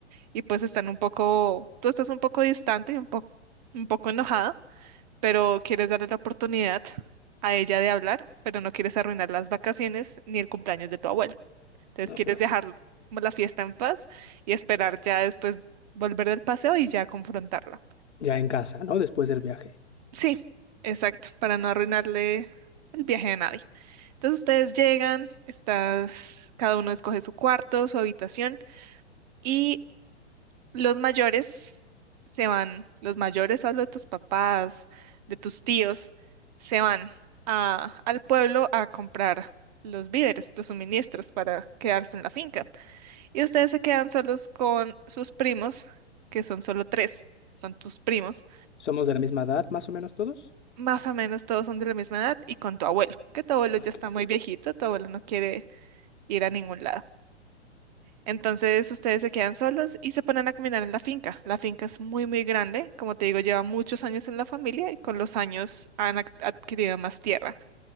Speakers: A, on the right; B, on the left.
A: Y pues están un poco, tú estás un poco distante y un poco, un poco enojada, pero quieres darle la oportunidad a ella de hablar, pero no quieres arruinar las vacaciones ni el cumpleaños de tu abuela. Entonces
B: ok,
A: quieres dejar como la fiesta en paz y esperar ya después volver del paseo y ya confrontarla.
B: ya en casa, ¿no? Después del viaje.
A: Sí, exacto, para no arruinarle el viaje a nadie. Entonces ustedes llegan, estás, cada uno escoge su cuarto, su habitación y los mayores se van, los mayores, hablo de tus papás, de tus tíos, se van a, al pueblo a comprar los víveres, los suministros para quedarse en la finca. Y ustedes se quedan solos con sus primos, que son solo tres, son tus primos.
B: ¿Somos de la misma edad, más o menos todos?
A: Más o menos todos son de la misma edad y con tu abuelo, que tu abuelo
B: Ok,
A: ya está muy viejito, tu abuelo no quiere ir a ningún lado. Entonces ustedes se quedan solos y se ponen a caminar en la finca. La finca es muy, muy grande, como te digo, lleva muchos años en la familia y con los años han ac- adquirido más tierra.